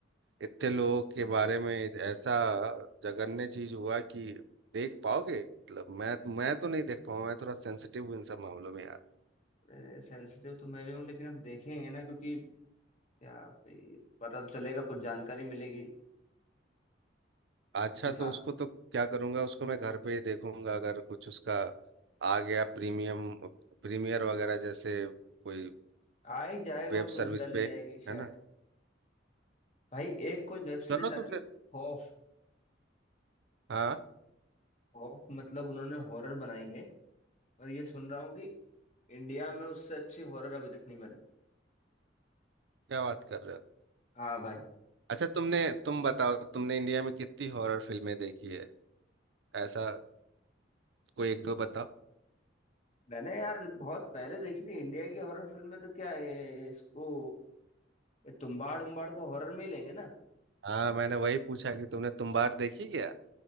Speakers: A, on the right (about 70°); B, on the left (about 40°).
A: इतने लोगों के बारे में ऐसा जघन्य चीज हुआ कि देख पाओगे मतलब मैं मैं तो नहीं देख पाऊंगा मैं थोड़ा सेंसिटिव हूँ इन सब मामलों में यार
B: सेंसिटिव तो मैं भी हूँ लेकिन अब देखेंगे ना क्योंकि क्या भाई, पता तो चलेगा कुछ जानकारी मिलेगी
A: अच्छा
B: क्योंकि साहब
A: तो उसको तो क्या करूंगा उसको मैं घर पे ही देखूंगा अगर कुछ उसका आ गया प्रीमियम प्रीमियर वगैरह जैसे कोई
B: आ ही जाएगा
A: वेब
B: वो
A: सर्विस
B: तो डल
A: पे
B: ही जाएगी शायद
A: है ना
B: भाई एक कोई वेब सीरीज
A: चलो तो
B: आई है
A: फिर
B: खौफ
A: हाँ
B: खौफ मतलब उन्होंने हॉरर बनाई है और ये सुन रहा हूँ कि इंडिया में उससे अच्छी हॉरर अभी तक नहीं बनी
A: क्या बात कर रहे हो
B: हाँ भाई
A: अच्छा तुमने तुम बताओ तुमने इंडिया में कितनी हॉरर फिल्में देखी है ऐसा कोई एक दो बताओ
B: मैंने यार बहुत पहले देखी थी इंडिया की हॉरर फिल्म में तो क्या है इसको ये तुम्बाड़ उम्बाड़ को हॉरर में ही लेंगे ना
A: हाँ मैंने वही पूछा कि तुमने तुम्बाड़ देखी क्या